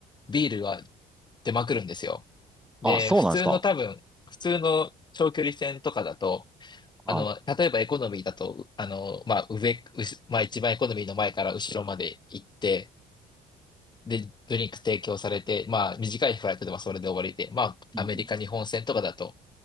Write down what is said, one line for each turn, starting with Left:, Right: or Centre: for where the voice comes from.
Left: ビールは出まくるんですよ。で、
Centre: ああ、そうなんですか。
Left: 普通の多分、普通の長距離線とかだと、あの、
Centre: は
Left: 例えばエコノミーだと、あの、まあ、上、うしまあ、一番エコノミーの前から後ろまで行って、で、ドリンク提供されて、まあ、短いフライトではそれで終わりで、まあ、
Centre: い。うん。
Left: アメリカ、日本線とかだと、